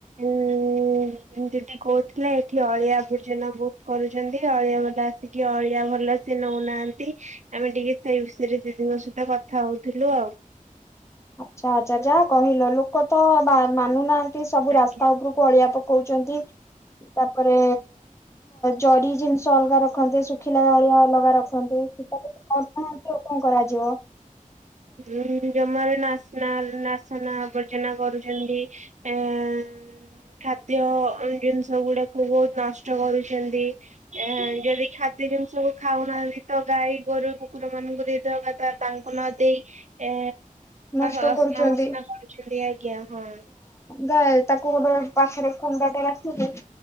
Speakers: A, on the right; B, on the left.
A: ଉଁ ଦିଦି କହୁଥିଲେ ଏଠି ଅଳିଆ ଆବର୍ଜନା ବହୁତ କରୁଛନ୍ତି ଅଳିଆ ଗଦା ଟିକେ ଅଳିଆ ଭଲ ସେ ନଉନାହାନ୍ତି। ଆମେ ଟିକେ ସେଇ ବିଷୟରେ ଦିଦିଙ୍କ ସହିତ କଥା ହଉଥିଲୁ ଆଉ।
B: ଆଚ୍ଛା ଆଚ୍ଛା ଯାହା କହିଲ ଲୋକ ତ ମା ମାନୁନାହାନ୍ତି ସବୁ
A: ଆଜ୍ଞା।
B: ରାସ୍ତା ଉପରୁ ଅଳିଆ ପକଉଚନ୍ତି। ତାପରେ ଜରି ଜିନିଷ ଅଲଗା ରଖନ୍ତେ ସୁଖିଲା ଅଳିଆ ଅଲଗା ରଖନ୍ତେ ସେଟା କଣ କରାଯିବ।
A: ଉଁ ଜମାରୁ ନାସନା ନାସନା ଆବର୍ଜନା କରୁଛନ୍ତି। ଆଁ ଖାଦ୍ୟ ଜିନିଷ ଗୁଡାକୁ ବହୁତ ନଷ୍ଟ କରୁଛନ୍ତି। ଏଁ ଯଦି ଖାଦ୍ୟ ଜିନିଷକୁ ଖାଉନାହାନ୍ତି ତ ଗାଈ ଗୋରୁ କୁକୁର ମାନଙ୍କୁ ଦେଇଦବା ତ ତାଙ୍କୁ ନ ଦେଇ ଏ
B: ନଷ୍ଟ
A: ଅସ୍ନା
B: କରୁଛନ୍ତି
A: ଫସ୍ନା କରୁଛନ୍ତି ଆଜ୍ଞା ହଁ।
B: ଗାଇ ତାକୁ ଗୋଟେ ପାଖରେ କୁଣ୍ଡ ଟେ ରଖିବେ।